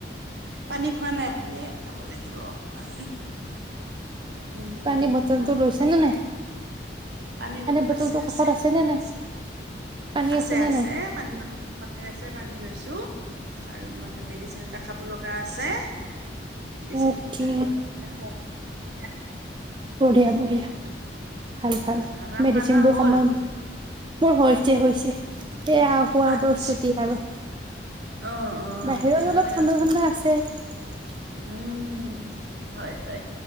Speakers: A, on the right; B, on the right.
A: পানী খোৱা নাই পানে খাব লাগিব অকমান উম
B: পানী বটলটো
A: ',
B: লৈছে
A: ভাপ
B: নে নাই?
A: পানীৰ বটল
B: বটলটো
A: আছে-
B: কাষত
A: আছে -
B: নে নাই? পানী
A: আছে
B: নে
A: - আছে
B: নাই?
A: পানীৰ বটলফতে আছে পানী লৈছো। আৰু মই মেডিচিন এটা খাব লগ গা আছে মেডিচিন
B: অকে,
A: টো খাই লৈ ৰাখো এতিয়া।
B: বঢ়িয়া - বঢ়িয়া ভাল -ভাল
A: হয় আপোনাৰ
B: মেডিচিন
A: খোৱা লোৱা
B: বোৰ
A: হ'ল?
B: সময় মোৰ হৈছে -হৈছে সেয়া হোৱা
A: আচ্ছা,
B: প্ৰস্তুতি আৰু
A: অ', অ',
B: বাহিৰত
A: তেতিয়াহ'লে
B: অলপ ঠাণ্ডা
A: আৰু
B: - ঠাণ্ডা আছে। এক
A: উম, হয়- হয়